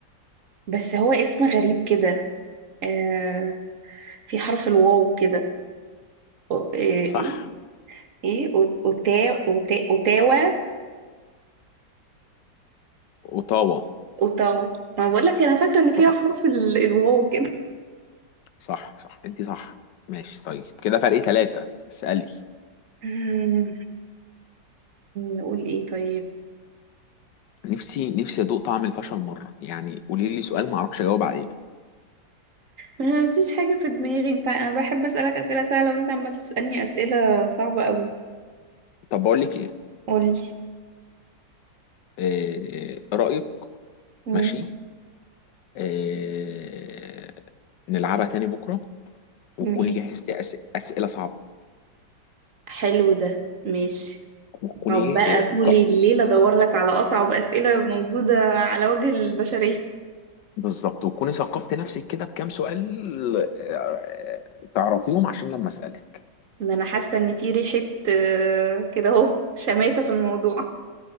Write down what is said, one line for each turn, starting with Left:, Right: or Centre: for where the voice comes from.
Right: بس هو اسم غريب كده آه في حرف الواو كده أو- آه، ايه
Left: صح
Right: ايه أو- اوتا أوتا- اوتاوا
Left: اوتاوا
Right: اوتاوا ما بقول لك انا فاكره
Left: صح
Right: ان فيها حرف ال- الواو كده
Left: صح صح انت صح ماشي طيب كده فرق ثلاثة اسألي
Right: مم، نقول ايه طيب
Left: نفسي نفسي ادوق طعم الفشل مرة يعني قولي لي سؤال ما اعرفش اجاوب عليه
Right: ما فيش حاجه في دماغي انت انا بحب اسالك اسئله سهله وانت عمال تسالني اسئله صعبه قوي
Left: طب بقول لك ايه
Right: قولي
Left: آه، رأيك
Right: مم،
Left: ماشي آه، نلعبها تاني بكرة وتكوني
Right: ماشي
Left: جهزتي أس- أسئلة صعبة
Right: حلو ده ماشي
Left: وتكوني
Right: أقعد بقى
Left: إيه ثق-
Right: طول الليل ادور لك على اصعب اسئله موجوده على وجه البشريه
Left: بالظبط وتكوني ثقفتي نفسك كده بكام سؤال آه، تعرفيهم عشان لما أسألك
Right: ان انا حاسه ان في ريحه آه، كده اهو شماته في الموضوع